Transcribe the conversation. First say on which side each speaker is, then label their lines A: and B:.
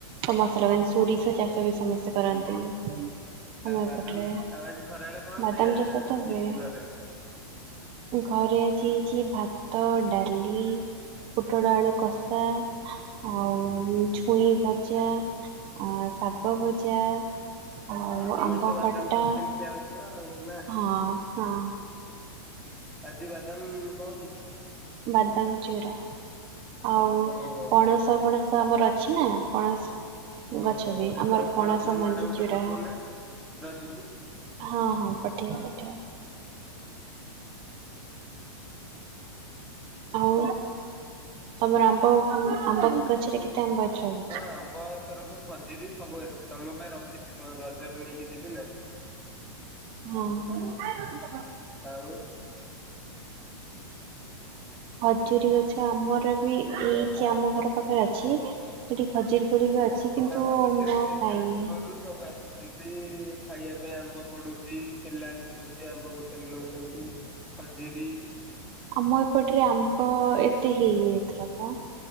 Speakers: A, on the right (about 35°); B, in the centre.
A: ସମସ୍ତେ ଲଗାନ୍ତି ସୋରିଷ ଚାଷ ବି ସମସ୍ତେ କରନ୍ତି। ଆମ
B: ଆଉ
A: ଏପଟରେ
B: ବାଦାମ ଆଉ ଆଜି ଖରା ବେଳେ କଣ
A: ବାଦାମ
B: ଖାଇବା
A: ଚାଷ ତ
B: ହେଇଛି
A: ହୁଏ।
B: ଘରେ।
A: ଘରେ ଆଜି ହେଇଛି ଭାତ ଡାଲି। ପୁଟଳ ଆଳୁ କଷା ଆଉ ଛୁଇଁ ଭଜା। ଆ ଶାଗ ଭଜା। ଆଉ
B: ତମର
A: ଆମ୍ବ
B: ତ ବାଦାମ
A: ଖଟା,
B: ସବୁଦିନ ଖିଆ ହଉଥିବ ଆଉ ନା
A: ହଁ ହଁ।
B: ଆଜି ବାଦାମ କଣ ହେଇଛି?
A: ବାଦାମ ଚୁରା, ଆଉ
B: ଓହୋ
A: ପଣସ ପଣସ ତ ଆମର ଅଛି ନା ଆପଣ
B: ଓହୋ
A: ମୁ ଗଛ ବି,
B: ଏଥର
A: ଆମର ପଣସ
B: ଆମ
A: ମଞ୍ଜି
B: ଆଡେ ଗୋଟେ
A: ଚୁରା
B: ପଠଉନା ରଜକୁ।
A: ହଁ ହଁ, ପଠେଇବ ପଠେଇବ। ଆଉ, ତମର ଆମ୍ବ ଆମ୍ବ ଗଛରେ କେ <inaudible>
B: ହଁ ଆମ୍ବ ଏଥରକ ଖଜୁରୀ ସବୁ ଅଛି। ତମ ପାଇଁ ରଖିଛି ତ ରଜରେ ନେଇକି ଯିବି ନା।
A: ହଁ ହଁ।
B: ଆଉ।
A: ଖଜୁରୀ ଗଛ ଆମର ବି, ଏଇ ଆମ ଘର ପାଖରେ ଅଛି। ସେଠି ଖଜୁରି କୋଳି ବି ଅଛି। କିନ୍ତୁ
B: ଆମର ତ କେତେ
A: ମୁଁ ଖାଇନି।
B: ଗାଈ ଗୋରୁ ସବୁ ଆସୁଛନ୍ତି। ଖାଇବା ପାଇଁ ଆମ୍ବ ପଡୁଛି, ପିଲା ଆସୁଛନ୍ତି ଆମ୍ବ ଗୋଟେଇକି ନଉଛନ୍ତି। ଖଜୁରୀ।
A: ଆମ ଏପଟରେ ଆମ୍ବ ଏତେ ହେଇନି ଏଥରକ।